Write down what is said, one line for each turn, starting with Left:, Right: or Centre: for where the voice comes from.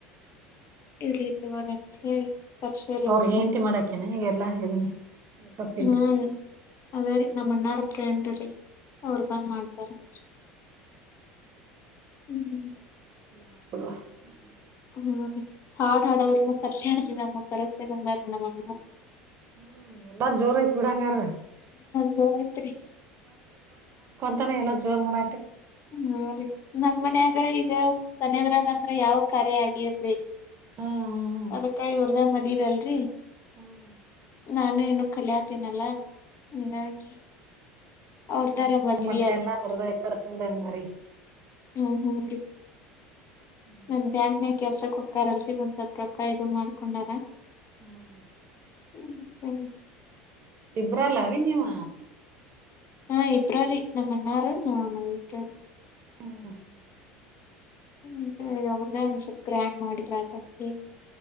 Left: ಇರ್ಲಿ ತಗೊರಂತೆಳಿ ಬರಶೇರಿ
Right: ಅವ್ರ
Left: ಅವ್ರನು
Right: ಹೆಂಡ್ತಿ ಮಾಡಾಕೇನ ಎಲ್ಲಾ ಇದನ್ನ ಮೇಕಪ್
Left: ಹ್ಮ
Right: ಇಂದ
Left: ಅದೇ ರೀ ನಮ್ಮ ಅಣ್ಣರ ಪ್ರೇಂಡ ರೀ ಅವರು ಬಂದ್ ಮಾಡ್ತಾರಂತ ಹ್ಮ್
Right: ಚಲೋ ಆತಬಿಡವ ಅವಿದ್ದ
Left: ಹ್ಮ್ ರೀ ಹಾಡ ಹಾಡೊರನ್ ಕರ್ಶ್ಯಾರಿ ನಮ್ಮ ಕರಸ್ತಿನಿ ಅಂದರ ನಮಣ್ಣ
Right: ಹ್ಮ್ ಎಲ್ಲಾ ಜೋರ ಇತ್ ಬಿಡಾಂಗಾರ.
Left: ಜೋರ ಐತ್ರಿ
Right: ತನ ಎಲ್ಲ ಜೋರ್ ಮಾಡ
Left: ಹ್ಮ ರಿ ನಮ್ ಮನ್ಯಾಗ ಈಗ ತನದ್ರಾಗ ಅಂದ್ರ ಯಾವ ಕರೇ ಆಗಿನ್ ರೀ
Right: ಹ್ಮ್
Left: ಅದ್ಕಾಗೀ ಇವರ್ದೆ ಮದ್ವಿ ಅಲ್ರಿ
Right: ಹ್ಮ್
Left: ನಾನು ಇನ್ನು ಕಲ್ಯಾತಿನಲ್ಲ. ಹಂಗಾಗಿ. ಅವ್ರದಾರ
Right: ನಿಂದ ಆಗುಮಟ
Left: ಮದ್ವಿ
Right: ಎಲ್ಲಾ ಅವರದ ಈಗ ಖರ್ಚ ಬಿಡ ಮ್ರರಿ
Left: ಹ್ಮ ಹ್ಮ ರೀ
Right: ಹ್ಮ್
Left: ಮ <unintelligible> ಕೆಲಸಕ್ಕ ಹೂಕ್ಕರ್ ಅಲ್ರಿ ಒಂದ್ ಸ್ವಲ್ಪ ರೊಕ್ಕ ಇದು ಮಾಡ್ಕೊಂಡಾರ
Right: ಹ್ಮ್
Left: ಹ್ಮ್ ಹ್ಮ
Right: ಇಬ್ರಲ್ಲ ಅವಿ ನೀವು
Left: ಹಾ ಇಬ್ರರಿ ನಮ್ಮ್ಣಾರು ನಾನ ಇಬ್ರರಿ
Right: ಹ್ಮ್
Left: ಹ್ಮ್ ಸ
Right: ಬಿಡುವ
Left: ಒ್ರಗ ನ್ ಸಿಕ್ತ <unintelligible> ಗ್ರ್ಯಾಂಡ್ ಮಾಡಿದ್ರಾತಾಂತ ಹೇಳಿ